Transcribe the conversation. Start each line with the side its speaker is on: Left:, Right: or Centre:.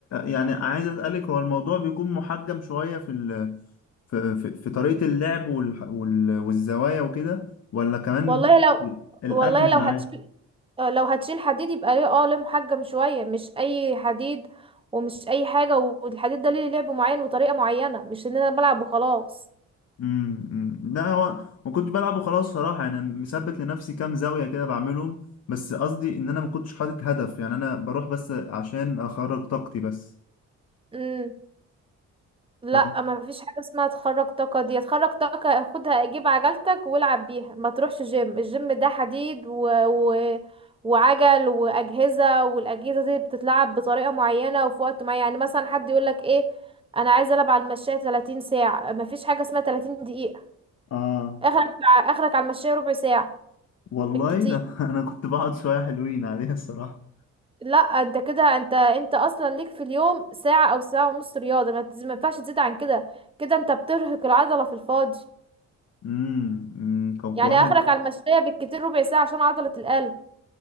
Left: يعني عايز اسالك هو الموضوع بيكون محجم شويه في ال... في في في طريقه اللعب وال... وال... والزوايا وكده ولا كمان
Right: والله
Left: بي-
Right: لو
Left: بي- الاكل
Right: والله لو
Left: معاه
Right: هتشيل لو هتشيل حديد يبقى ليه اه ليه محجم شوية مش اي حديد ومش اي حاجة والحديد ده ليه لعب معين وطريقة معينة مش ان انا بلعب وخلاص
Left: امم أمم. لا هو ما كنت بلعب وخلاص صراحه انا مثبت لنفسي كام زاويه كده بعملهم بس قصدي ان انا ما كنتش حاطط هدف يعني انا بروح بس عشان اخرج طاقتي بس
Right: إمم. لا
Left: طيب
Right: ما فيش حاجة اسمها تخرج طاقة دي تخرج طاقة خدها جيب عجلتك والعب بيها ما تروحش جيم الجيم ده حديد و... و... وعجل وأجهزة والأجهزة دي بتتلعب بطريقة معينة وفي وقت معين يعني مثلا حد يقولك ايه انا عايز العب على المشاية 30 ساعة ما فيش حاجة اسمها 30 دقيقة
Left: اه
Right: اخرك اخرك على المشاية ربع ساعة
Left: والله
Right: بالكتير
Left: ده <laughs> انا كنت بقعد شويه حلوين عليها الصراحه
Right: لا انت كده انت انت اصلا ليك في اليوم ساعة او ساعة ونص رياضة ما تز- ما ينفعش تزيد عن كده كده انت بترهق العضلة في الفاضي
Left: امم أمم، طب
Right: يعني
Left: كويس
Right: اخرك على المشوية بالكتير ربع ساعة عشان عضلة القلب